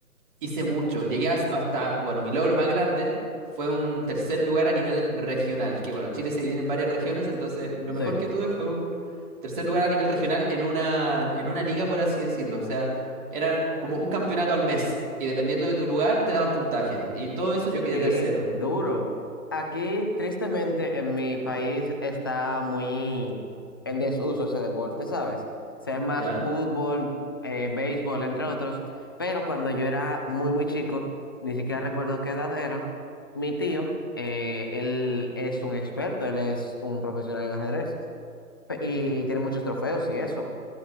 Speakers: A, on the right; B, on the left.
A: hice mucho. Llegué as- hasta, bueno, mi logro más grande fue un tercer lugar a nivel regional, que bueno, Chile se divide en varias regiones, entonces lo
B: sí.
A: mejor que tuve fue un tercer lugar a nivel regional en una, en una liga, por así decirlo. O sea, era como un campeonato al mes, y dependiendo de tu lugar, te daban puntaje. Y todo eso yo quedé
B: Qué
A: tercero,
B: duro. Aquí, tristemente, en mi país está muy en desuso ese deporte, ¿sabes? Se ve más
A: ¿ya?
B: fútbol, eh, béisbol, entre otros. Pero cuando yo era muy, muy chico, ni siquiera recuerdo qué edad era, mi tío, eh, él es un experto, él es un profesional en ajedrez pe- y tiene muchos trofeos y eso.